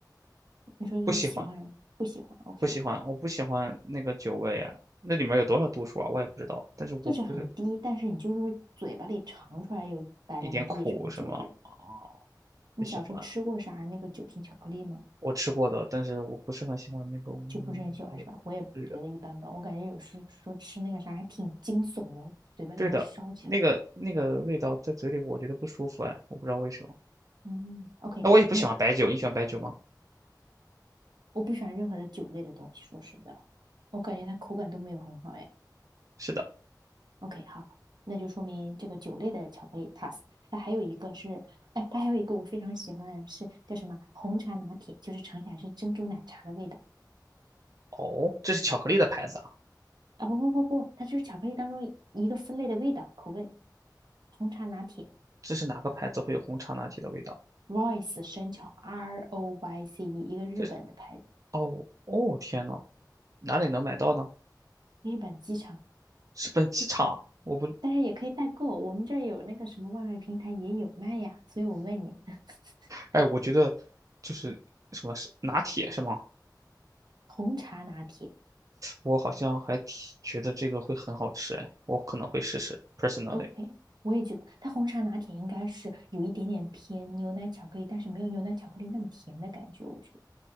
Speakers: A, on the right (about 75°); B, on the right (about 50°).
A: 你说你喜欢不喜欢？OK，
B: 不喜欢，不喜欢，我不喜欢那个酒味啊。那里面有多少度数啊？我也不知道。但是我不是
A: 就是很低，但是你就是会嘴巴里尝出来有白兰地什么酒味儿。
B: 一点苦什么啊，
A: 你小时候吃过啥那个酒心巧克力吗？
B: 不喜欢。我吃过的，但是我不是很喜欢那个味
A: 就不是很喜欢是吧？
B: 道。
A: 我也觉得一般般，
B: 对的，
A: 我感觉有时说吃那个啥还挺惊悚的，嘴巴里会烧起来。
B: 对的，那个那个味道在嘴里我觉得不舒服哎，我不知道为什么。
A: 嗯，OK，
B: 那我也不喜欢白酒，
A: 那
B: 你喜欢白酒吗？
A: 我不喜欢任何的酒类的东西，说实在话，我感觉它口感都没有很好哎。
B: 是的，
A: OK，好，那就说明这个酒类的巧克力 pass。那还有一个是，哎，它还有一个我非常喜欢的是叫什么红茶拿铁，就是尝起来是珍珠奶茶的味道
B: 哦，这是巧克力的牌子啊。
A: 啊！不不不不，它就是巧克力当中一个分类的味道口味，红茶拿铁。
B: 这是哪个牌子会有红茶拿铁的味道？
A: Royce 生巧 R O Y C E，一个日本的牌子，
B: 这哦哦天呐，哪里能买到呢？
A: 日本机场，
B: 是本机场？我不，
A: 但是也可以代购，我们这儿有那个什么外卖平台也有卖呀，所以我问你 <laughs>，
B: 哎，我觉得就是什么是拿铁是吗？
A: 红茶拿铁
B: 我好像还挺觉得这个会很好吃，哎，我可能会试试，personally。
A: ，OK，我也觉得它红茶拿铁应该是有一点点偏牛奶巧克力，但是没有牛奶巧克力那么甜的感觉，我觉得